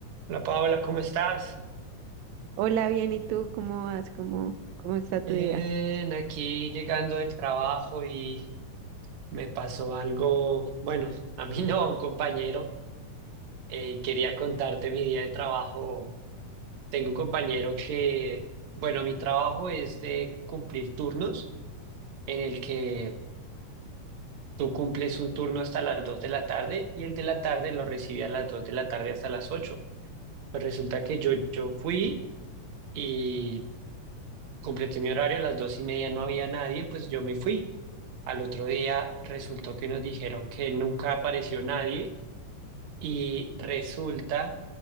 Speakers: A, on the right; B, on the right.
A: Hola Paola, ¿cómo estás?
B: Hola, bien, ¿y tú cómo vas? ¿Cómo, cómo está tu
A: Bien,
B: vida?
A: aquí llegando del trabajo y me pasó algo, bueno, a mí <laughs> no, a un compañero. Eh, quería contarte mi día de trabajo. Tengo un compañero que, bueno, mi trabajo es de cumplir turnos, en el que tú cumples un turno hasta las 2 de la tarde y el de la tarde lo recibe a las dos de la tarde hasta las 8. Pues resulta que yo, yo fui y completé mi horario, a las 2 y media no había nadie, pues yo me fui. Al otro día resultó que nos dijeron que nunca apareció nadie y resulta